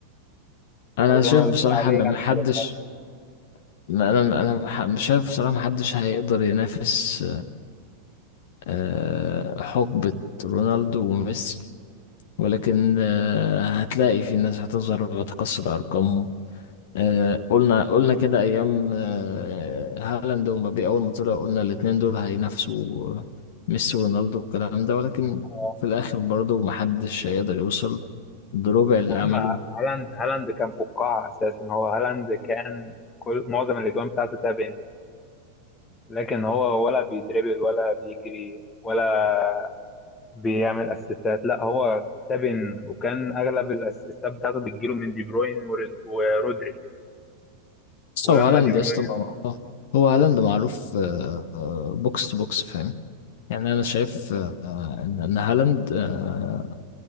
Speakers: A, on the left (about 55°); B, on the left (about 20°).
A: <laughs> أنا
B: أو زي
A: شايف
B: ما بنقول
A: بصراحة
B: عليه
A: إن
B: لامين
A: محدش
B: جمال.
A: ما أنا أنا مح- مش شايف بصراحة محدش هيقدر ينافس آه، حقبة رونالدو وميسي ولكن آه، هتلاقي في ناس هتظهر وتكسر أرقامهم آه، قلنا قلنا كده أيام آه، هالاند ومبابي أول ما طلعوا قلنا الاتنين دول هينافسوا آه، ميسي ورونالدو والكلام ده ولكن
B: آه.
A: في الآخر برضه محدش هيقدر يوصل بربع اللي
B: يا عم
A: عملوه
B: هالاند هالاند كان فقاعة أساسا هو هالاند كان كل معظم الأجوان بتاعته تابن لكن هو ولا بيدربل ولا بيجري ولا بيعمل أسيستات لا هو تابن وكان أغلب الأسيستات بتاعته بتجيله من دي بروين ورد- ورودري
A: بس
B: ولما
A: هو هالاند
B: دي بروين
A: يا اسطى مع- آه، هو هالاند معروف آه، آه، بوكس تو بوكس فاهم يعني أنا شايف آه، آه، إن إن هالاند آه،